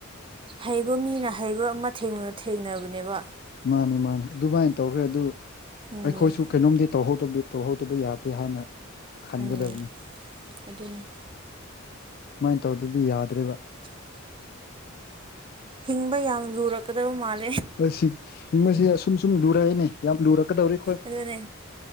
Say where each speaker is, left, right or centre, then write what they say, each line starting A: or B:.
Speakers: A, on the right (about 25°); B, on the left (about 45°).
A: ꯍꯩꯕ ꯃꯤꯅ ꯍꯩꯕ ꯑꯃ ꯊꯦꯡ ꯊꯦꯡꯅꯕꯅꯦꯕꯥ
B: ꯃꯥꯅꯦ ꯃꯥꯅꯦ ꯑꯗꯨꯃꯥꯏꯅ ꯇꯧꯈ꯭ꯔꯦ ꯑꯗꯨ
A: ꯎꯝ
B: ꯑꯩꯈꯣꯏꯁꯨ ꯀꯩꯅꯣꯝꯗꯤ ꯇꯧꯍꯧꯗꯕꯤ ꯇꯧꯍꯧꯗꯕ ꯌꯥꯗꯦ ꯍꯥꯏꯅ ꯈꯟꯒꯗꯕꯅꯤ
A: ꯎꯝ ꯑꯗꯨꯅꯤ
B: ꯃꯥꯏꯟ ꯇꯧꯗꯔꯗꯤ ꯌꯥꯗ꯭ꯔꯦꯕ
A: ꯍꯤꯡꯕ ꯌꯥꯝ ꯂꯨꯔꯛꯀꯗꯕ ꯃꯥꯜ
B: <unintelligible> ꯍꯤꯡꯕꯁꯦ ꯑꯁꯨꯝ ꯁꯨꯝ ꯂꯨꯔꯛꯑꯦꯅꯦ ꯌꯥꯝ ꯂꯨꯔꯛꯀꯗꯧꯔꯦ
A: ꯑꯗꯨꯅꯦ